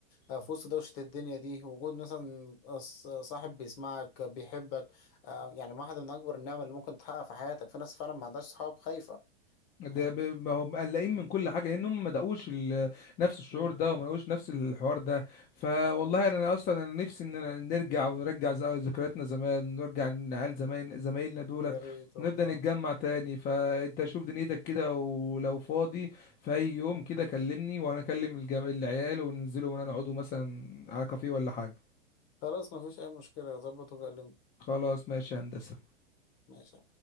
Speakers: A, on the left; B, on the left.
A: آه، في وسط دوشة الدنيا دي وجود مثلا ص- صاحب بيسمعك بيحبك آه، يعني واحدة من اكبر النعم اللي ممكن تحقق في حياتك في ناس فعلا ما عندهاش صحاب خايفة
B: ده
A: فاهم
B: ب- ما هم مقلقين من كل حاجه لان هم ما دقوش ال- نفس الشعور
A: مم.
B: ده وما دقوش نفس الحوار ده فوالله انا أنا اصلا انا نفسي اننا نرجع ونرجع ز- ذكرياتنا زمان ونرجع نعال زمان زمايلنا دولت
A: يا ريت والله
B: ونبدا نتجمع تاني فانت شوف دنيتك كده ولو فاضي في اي يوم كده كلمني وانا اكلم الجم... العيال وننزلوا ونقعدوا مثلا على كافيه ولا حاجه
A: خلاص مفيش أي مشكلة ظبط وكلمني
B: خلاص ماشي يا هندسه
A: ماشي